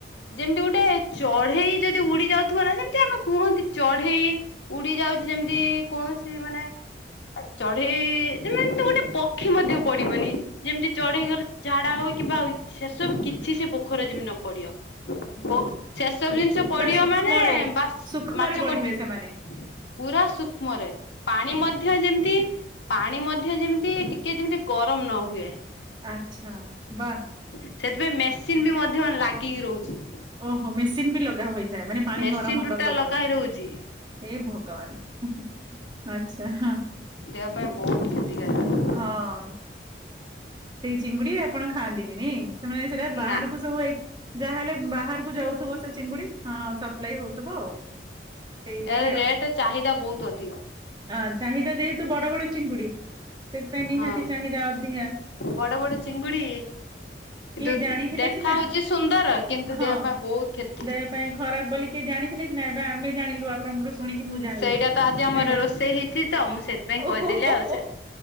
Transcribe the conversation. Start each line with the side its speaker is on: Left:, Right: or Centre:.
Left: ଯେମିତି ଗୋଟେ ଚଢେଇ ଯଦି ଉଡି ଯାଉଥିବ ନା ଯେମିତି ଆମେ କୁହନ୍ତି ଚଢେଇ ଉଡି ଯାଉଛି ଯେମତି କୌଣସି ମାନେ ଚଢେଇ ମାନେ ତ ଗୋଟେ ପକ୍ଷୀ ମଧ୍ୟ ପଡିବନି। ଯେମିତି ଚଢେଇଙ୍କର ଝାଡା ହଉ କିମ୍ବା ସେସବୁ କିଛି ସେ ପୋଖରୀରେ ଯେମିତି ନ ପଡିବ। ବ ସେସବୁ ଜିନିଷ ପଡିବ
Right: ସୂକ୍ଷ୍ମରେ
Left: ମାନେ ବାସ୍
Right: ସୂକ୍ଷ୍ମରେ
Left: ମାଛ
Right: ପଢିବେ
Left: କଟିଯିବ।
Right: ସେମାନେ
Left: ପୁରା ସୂକ୍ଷ୍ମରେ ପାଣି ମଧ୍ୟ ଯେମିତି ପାଣି ମଧ୍ୟ ଯେମିତି ଟିକେ ଯେମିତି ଗରମ ନ ହୁଏ।
Right: ଆଚ୍ଛା ବା।
Left: ସେଥିପାଇଁ ମେସିନ୍ ବି ମଧ୍ୟ ଲାଗିକି ରହୁଛି।
Right: ଓହୋ ମେସିନ ବି ଲଗା ହୋଇଥାଏ ମାନେ ପାଣି
Left: ମେସିନ
Right: ଗରମ ହବାକୁ
Left: ଟୁଟା
Right: ହବନି।
Left: ଲଗା ହେଇ ରହୁଛି
Right: ହେ ଭଗବାନ <unintelligible> ଆଛା ହ।
Left: ଦେହ ପାଇଁ ବହୁତ କ୍ଷତିକାରକ
Right: ହଁ। ସେଇ ଚିଙ୍ଗୁଡି ଆପଣ ଖାଆନ୍ତିନି ନାଇଁ ସେମାନେ ସେଟା ବାହାରକୁ
Left: ନା
Right: ସବୁ ଯାହାହେଲେ ବାହାରକୁ ଯାଉଥିବ ସେ ଚିଙ୍ଗୁଡି ହଁ ସପ୍ଲାଇ ହଉଥିବ ଆଉ। ସେଇ ଇଏରେ
Left: ଏ
Right: ଆଉ
Left: ରେଟ୍ ଚାହିଦା ବହୁତ ଅଧିକ।
Right: ହଁ ଚାହିଦା ଯେହେତୁ ବଡ ବଡ ଚିଙ୍ଗୁଡି ସେଥିପାଇଁ ନିହାତି
Left: ହଁ
Right: ଚାହିଦା ଅଧିକ।
Left: ବଡ ବଡ ଚିଙ୍ଗୁଡି। କିନ୍ତୁ
Right: କିଏ ଜାଣିଥିଲେ
Left: ଦେଖା
Right: ସିନା
Left: ହଉଛି ସୁନ୍ଦର କିନ୍ତୁ
Right: ହଁ
Left: ଦେହ ପାଇଁ ବହୁତ କ୍ଷତି।
Right: ଦେହ ପାଇଁ ଖରାପ ବୋଲି କିଏ ଜାଣିଥିଲେ ସିନା ଏବେ ଆମେ ଜାଣିଲୁ। ଆପଣଙ୍କଠୁ ଶୁଣିକି ମୁଁ ଜାଣିଲି
Left: ସେଇଟା ତ ଆଜି ଆମର
Right: ଏଟା
Left: ରୋଷେଇ ହେଇଛି ତ ମୁଁ ସେଥିପାଇଁ
Right: ଓ
Left: କହିଦେଲି
Right: ହୋହୋହୋହୋ।
Left: ଆଉ ସେ